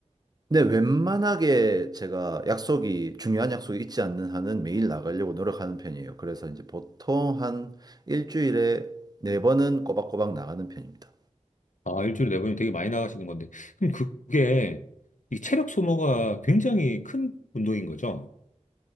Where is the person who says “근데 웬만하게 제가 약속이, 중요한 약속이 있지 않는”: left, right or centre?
Right